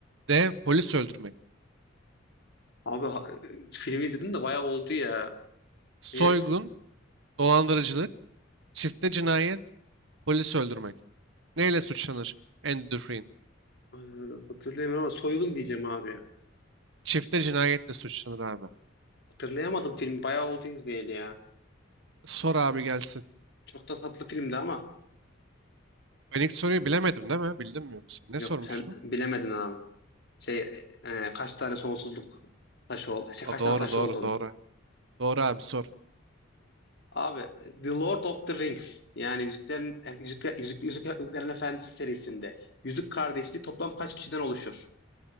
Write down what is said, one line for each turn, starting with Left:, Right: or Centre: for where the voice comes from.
Right: D. Polis öldürmek
Left: Abi ha- e, filmi izledim de bayağı oldu ya.
Right: Soygun,
Left: Neydi?
Right: dolandırıcılık, çifte cinayet, polis öldürmek. Neyle suçlanır Andy Dufresne?
Left: E, hatırlayamıyorum ama Soygun diyeceğim abi ya.
Right: Çifte cinayetle suçlanır abi.
Left: Hatırlayamadım film bayağı oldu izleyeli ya.
Right: Sor abi gelsin.
Left: Çok da tatlı filmdi ama.
Right: Ben ilk soruyu bilemedim değil mi? Bildim mi yoksa? Ne
Left: Yok
Right: sormuştun?
Left: sen bilemedin abi. Şey e, e, kaç tane sonsuzluk taşı oldu. Şey,
Right: Aa,
Left: kaç
Right: doğru
Left: tane taşı
Right: doğru
Left: olduğunu.
Right: doğru. Doğru abi sor.
Left: Abi The Lord of the Rings yani Yüzüklerin Yüzükler, Yüzük, Yüzüklerin Efendisi serisinde Yüzük Kardeşliği toplam kaç kişiden oluşur?